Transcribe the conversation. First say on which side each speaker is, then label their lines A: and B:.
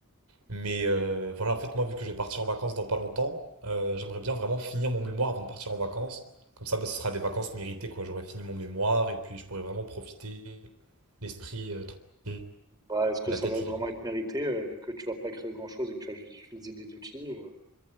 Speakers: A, on the right (about 85°); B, on the right (about 20°).
A: Mais euh, voilà, en fait, moi, vu que je vais partir en vacances dans pas longtemps, euh, j'aimerais bien vraiment finir mon mémoire avant de partir en vacances. Comme ça, bah, ce sera des vacances méritées, quoi. J'aurai fini mon mémoire et puis je pourrai vraiment profiter l'esprit euh, tranquille
B: Bah, est-ce que
A: et la
B: ça
A: tête
B: va
A: libre.
B: vraiment être mérité, euh, vu que tu vas pas créer grand-chose et que tu vas juste utiliser des outils? euh,